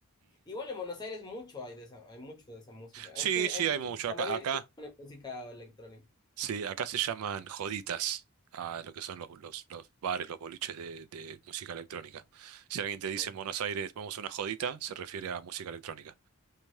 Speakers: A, on the left; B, on the right.
A: Igual en Buenos Aires mucho hay de esa, hay mucho de esa música.
B: Sí,
A: <laughs> Hay
B: sí,
A: mucho,
B: hay mucho.
A: la
B: Acá,
A: mayoría
B: acá,
A: de discos ponen música electrónica.
B: sí, acá se llaman joditas a lo que son los, los, los bares, los boliches de, de música electrónica. Si alguien te dice
A: Joditas.
B: en Buenos Aires, vamos a una jodita, se refiere a música electrónica.